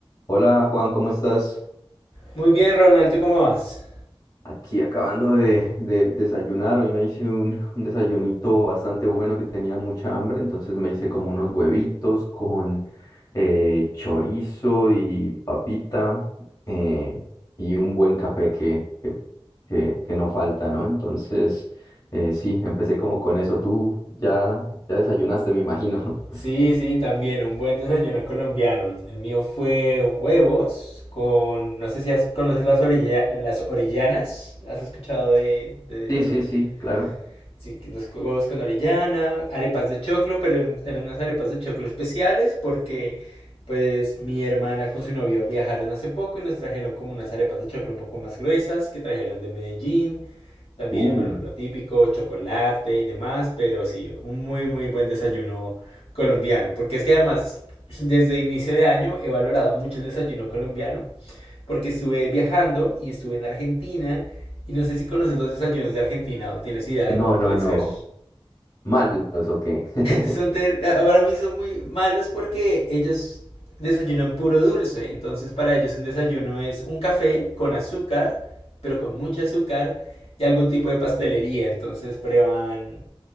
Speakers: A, on the left (about 40°); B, on the left (about 85°).
A: Hola Juan, ¿cómo estás?
B: Muy bien, Ronald, ¿tú cómo vas?
A: Aquí acabando de, de desayunar, hoy me hice un, un desayunito bastante bueno que tenía mucha hambre, entonces me hice como unos huevitos con eh, chorizo y papita eh, y un buen café que, que, que- que no falta, ¿no? Entonces, eh, sí, empecé como con eso. Tú ya, ya desayunaste, me imagino.
B: Sí,
A: <laughs>
B: sí, también un buen desayuno colombiano. El mío fue huevos con, no sé si has- conoces las orilla- las orellanas. ¿Has escuchado de, de
A: Sí,
B: las
A: sí,
B: orellanas?
A: sí, claro.
B: Sí, que dos huevos con orellana, arepas de choclo, pero eran eran unas arepas de choclo especiales porque pues mi hermana con su novio viajaron hace poco y nos trajeron como unas arepas de choclo un poco más gruesas que trajeron de Medellín. También,
A: Uh,
B: bueno, lo típico, chocolate y demás, pero sí, un muy, muy buen desayuno colombiano. Porque es que además, desde inicio de año he valorado mucho el desayuno colombiano, porque estuve viajando y estuve en Argentina, y no sé si conoces los desayunos de Argentina o tienes idea de
A: no,
B: cómo
A: no,
B: pueden
A: no.
B: ser.
A: ¿Malos o qué? <laughs>
B: Son ter- ah, para mí son muy malos porque ellos desayunan puro dulce. Entonces para ellos un desayuno es un café con azúcar, pero con mucho azúcar y algún tipo de pastelería. Entonces prueban